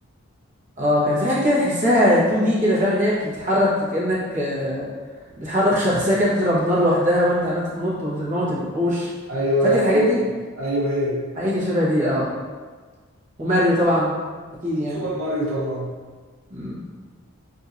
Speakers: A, on the right (about 35°); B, on the right (about 70°).
A: اه كان في حاجه كده تحسها 2 دي كده فاهم اللي هي بتتحرك كانك آه، بتحرك شخصيه كده بتضرب نار لوحدها وانت عمال تتنط وتموت الوحوش
B: ايوه
A: فاكر الحاجات
B: هي
A: دي
B: دي. ايوه هي دي
A: حاجات شبه دي اه وماريو
B: بس
A: طبعا اكيد يعني
B: سوبر ماريو طبعا
A: مم.